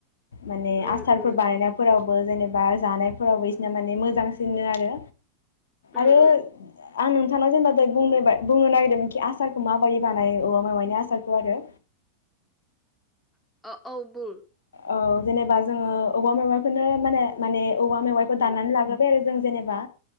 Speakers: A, on the left (about 65°); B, in the centre.
A: माने
B: उम
A: आसारफोर बानायनायफोरावबो जेनेबा जानायफोरावबो बिसिरना माने मोजांसि बिदिनो आरो
B: उम
A: आरो
B: उम
A: आं नोंथाङा जेनेबा दहाय बुंनो बुंनो नागिरदों आ आसारखौ माबायदि बानायो औवा मेवाइनि आसारखौ आरो
B: आ औ बुं
A: औ जेनेबा जोंङो औवा मेवाखौनो माने माने औवा मेवाइखौ दनानै
B: उम
A: लाग्रोबाय आरो जों जेनेबा